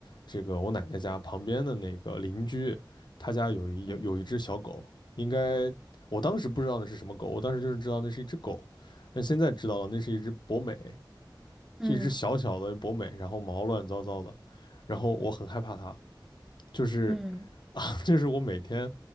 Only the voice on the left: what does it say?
这个我奶奶家旁边的那个邻居，他家有一有有一只小狗，
应该我当时不知道那是什么狗，我当时就是知道那是一只狗，但现在知道了那是一只博美，
就一只小小的博美，然后毛乱糟糟的，然后我很害怕它，就是
<laughs> 就是我每天